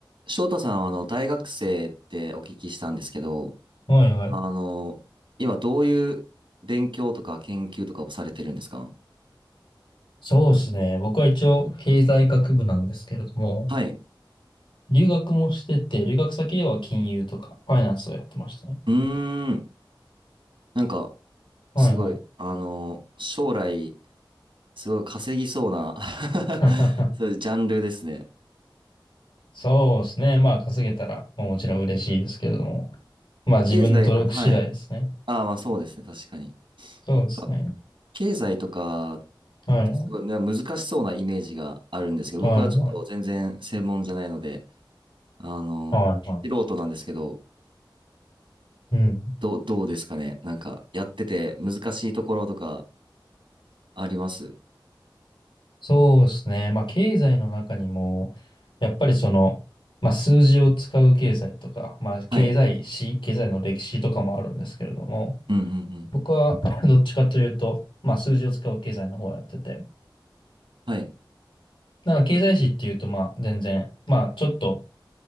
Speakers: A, on the right (about 80°); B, on the left (about 75°).
A: 翔太さんはあの大学生ってお聞きしたんですけど、
B: はいはい。
A: あの、今どういう勉強とか研究とかをされてるんですか
B: そうですね。僕は一応経済学部なんですけれども、
A: はい。
B: 留学もしてて、留学先では金融とかファイナンスをやってましたね。
A: うーん。なんか、
B: はいはい。
A: すごい、あの、将来、すごい稼ぎそうな
B: <laughs>
A: <laughs> そういうジャンルですね。
B: そうですね。まあ稼げたら、まあもちろん嬉しいですけれども、まあ自分の努力次第ですね。
A: 経済、はい。ああ、まあそうですね、確かに。
B: そうですね。
A: なんか、経済とかっ
B: はいは
A: てすごいね難しそうなイメージがあるんですけど、
B: いはい
A: 僕はちょっと全然専門じゃないので、あの、
B: はいは
A: 素人なんですけど、
B: い。うん。
A: どう、どうですかね。なんか、やってて難しいところとかあります
B: そうですね。まあ経済の中にも、やっぱりその、まあ数字を使う経済とか、まあ経済史、
A: はい。
B: 経済の歴史とかもあるんですけれども、
A: うんうんうん。
B: 僕は <laughs> どっちかというと、まあ数字を使う経済の方をやってて、
A: はい。
B: なんか経済史っていうとまあ全然、まあちょっと